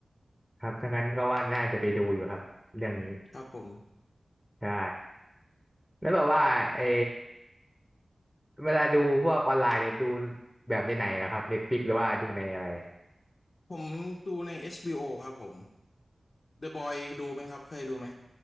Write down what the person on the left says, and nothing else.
ครับผม
ผมดูใน HBO ครับผม The Boy ดูไหมครับเคยดูไหม